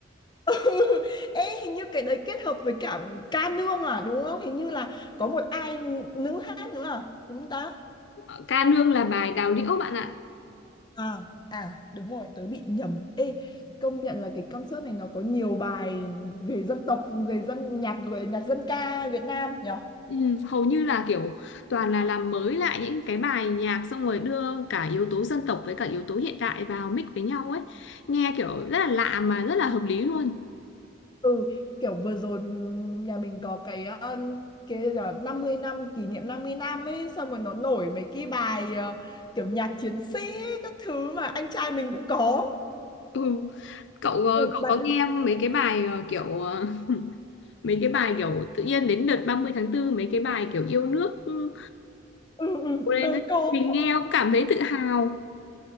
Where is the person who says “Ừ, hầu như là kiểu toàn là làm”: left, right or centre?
Left